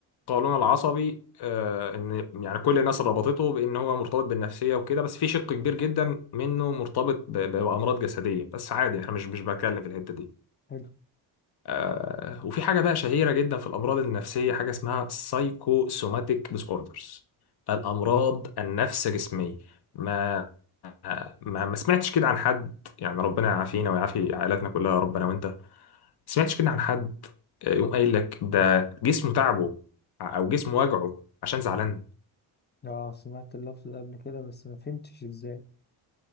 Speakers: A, on the left (about 55°); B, on the left (about 20°).
A: القولون العصبي آه، ان يعني كل الناس ربطته بان هو مرتبط بالنفسيه وكده بس في شق كبير جدا منه مرتبط ب- ب- بامراض جسديه بس عادي احنا مش مش بتكلم في الحته دي
B: حلو
A: آه، وفي حاجه بقى شهيره جدا في الامراض النفسيه حاجه اسمها سايكوسوماتيك ديسوردرز الامراض النفس جسميه ما ما ما سمعتش كده عن حد يعني ربنا يعافينا ويعافي عائلاتنا كلها يا رب انا وانت سمعتش كده عن حد آه، يقوم قايل لك ده جسمه تعبه او جسمه وجعه عشان زعلان
B: اه سمعت اللفظ ده قبل كده بس ما فهمتش ازاي